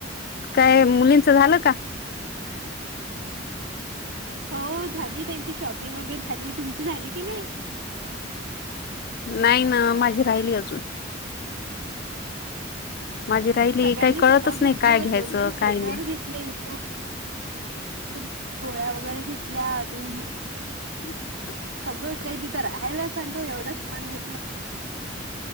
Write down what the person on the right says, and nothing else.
हो झाली त्यांची शॉपिंग वगैरे झाली तुमची झाली की, नाही.
सगळ्यांनी
सगळं
घेतलं
दोन दोन स्वेटर
घेतले इथून. पण गोळ्या वगैरे घेतल्या अजून''
सगळंच काही तिथं राहायलाच चालू एवढं सामान घेतलं.